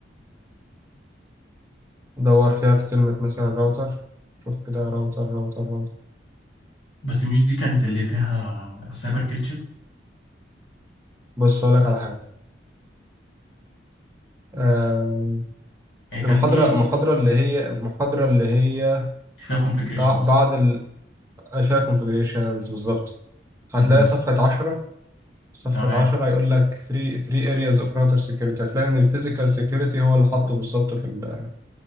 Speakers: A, on the right; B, on the left.
A: دور فيها في كلمة مثلا راوتر شوف كده راوتر راوتر راوتر
B: بس مش دي كانت اللي فيها سايبر كريتشر
A: بص أقولك على حاجة آه
B: هي كان
A: المحاضرة
B: دي
A: المحاضرة
B: فيها
A: اللي هي المحاضرة اللي هي
B: فيها configurations
A: بع- بعد ال فيها configurations بالظبط هتلاقي
B: مهم.
A: صفحة عشرة صفحة
B: تمام
A: عشرة هيقول لك 3 3 areas of router security هتلاقي إن الفيزيكال security هو اللي حاطه بالظبط في ال-